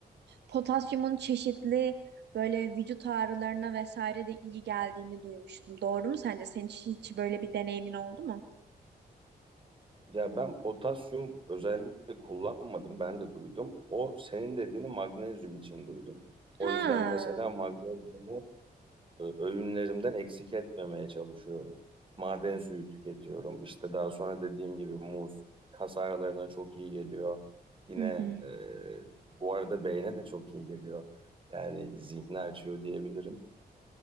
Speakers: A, on the right (about 85°); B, on the right (about 30°).
A: potasyumun çeşitli böyle vücut ağrılarına vesaire de iyi geldiğini duymuştum. Doğru mu sence? Senin hiç, hiç böyle bir deneyimin oldu mu?
B: Ya ben potasyum özellikle kullanmadım, ben de duydum. O senin dediğini magnezyum için duydum. O
A: Ha.
B: yüzden mesela magnezyumu Ö- öğünlerimden eksik etmemeye çalışıyorum. Maden suyu tüketiyorum. İşte daha sonra dediğim gibi muz kas ağrılarına çok iyi geliyor. Yine
A: Hı hı.
B: e, bu arada beyne de çok iyi geliyor. Yani zihni açıyor diyebilirim.